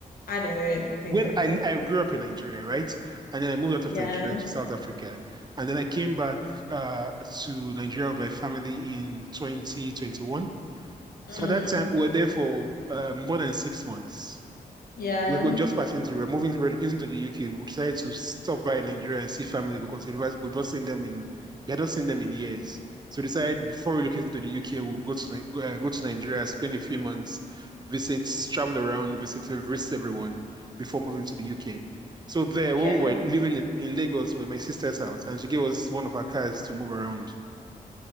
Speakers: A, on the left (about 85°); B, on the right (about 30°).
A: I don't think
B: when
A: I could.
B: I I grew up in Nigeria, right? And then I moved out of
A: Yeah.
B: Nigeria to South Africa. And then I came back uh to Nigeria with my family in 2021. So
A: Mm,
B: at that time we were there for uh, more than six months
A: yeah.
B: we were just passing through. We're moving, relocating to the UK. We decided to stop by in Nigeria and see family because we've not seen them in we had not seen them in years. So we decided before relocating to the UK, we'll go to uh, go to Nigeria, spend a few months, visit, travel around, visit, visit everyone before moving to the UK. So there,
A: Yeah.
B: when we were living in, in Lagos, we were my sister's house, and she gave us one of her cars to move around.